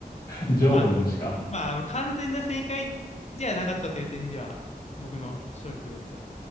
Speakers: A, on the left; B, on the left.
A: 情報の余地か。
B: まあ、まあ、あの、完全な正解じゃなかったという点では、僕の勝利ということで。